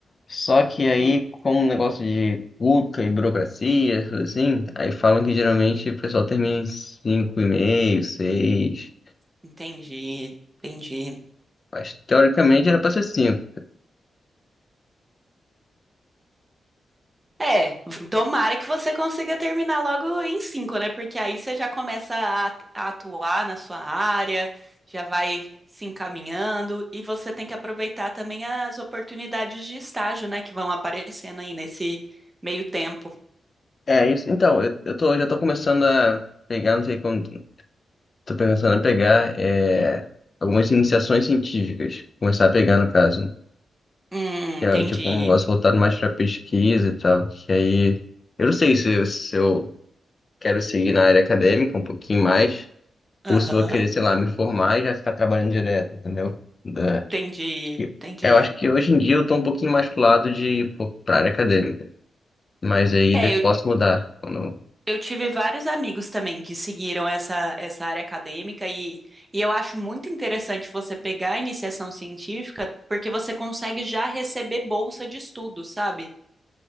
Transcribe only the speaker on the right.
Hum,
entendi, entendi.
É, tomara que você consiga terminar logo em cinco, né? Porque aí você já começa a a atuar na sua área, já vai se encaminhando e você tem que aproveitar também as oportunidades de estágio, né? Que vão aparecendo aí nesse meio tempo.
Hum,
entendi.
Aham,
entendi,
entendi.
É,
eu
Eu tive vários amigos também que seguiram essa, essa área acadêmica e, e eu acho muito interessante você pegar a iniciação científica porque você consegue já receber bolsa de estudo, sabe?